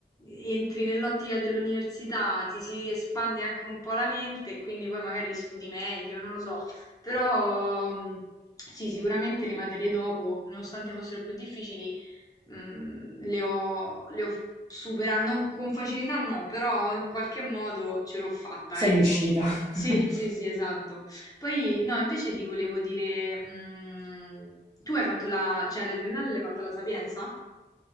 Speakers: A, on the left; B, on the right.
A: entri nell'ottica dell'università, ti si espande anche un po' la mente e quindi poi magari studi meglio, non lo so. Però mh, sì, sicuramente le materie dopo, nonostante fossero più difficili, mhmm, le ho le ho f supera non con facilità no, però in qualche modo ce l'ho fatta,
B: <coughs> Sei
A: ecco.
B: riuscita.
A: Sì,
B: <laughs>
A: sì, sì, esatto. Poi no, invece ti volevo dire, mhmm, tu hai fatto la cioè la triennale l'hai fatta alla Sapienza?